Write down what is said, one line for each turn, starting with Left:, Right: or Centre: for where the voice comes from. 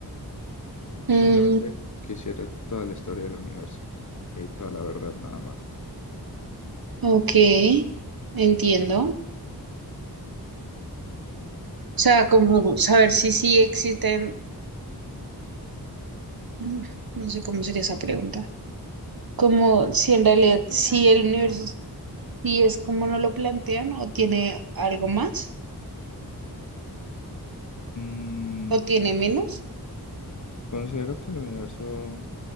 Right: Mm,
Left: Simplemente quisiera toda la historia del universo y toda la verdad nada más.
Right: Ok, entiendo. O sea, como saber si sí existen, mm, no sé cómo sería esa pregunta. Como
Left: Mm.
Right: si en realidad si el universo sí es como no lo plantean o tiene algo más
Left: Mm,
Right: o tiene menos.
Left: considero que el universo